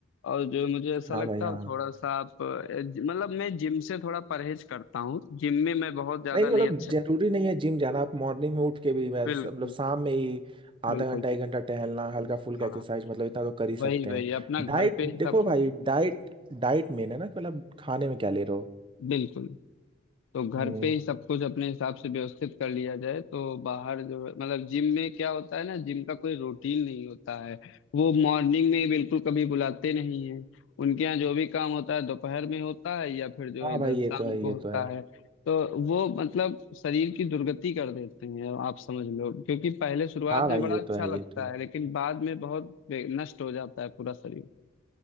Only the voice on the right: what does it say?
हाँ
भाई हाँ
नहीं मतलब
जरूरी नहीं है जिम जाना आप मॉर्निंग में उठ के भी मैं
मतलब शाम में ही आधा
घंटा
एक घंटा टहलना हल्का फुल्का
एक्सरसाइज मतलब इतना तो कर ही सकते
हैं
डाइट
देखो
भाई
डाइट डाइट मेन है ना कि मतलब खाने में क्या ले रहे हो
हम्म
हाँ
भाई ये
तो है
ये
तो है
हाँ भाई
ये
तो है
ये तो है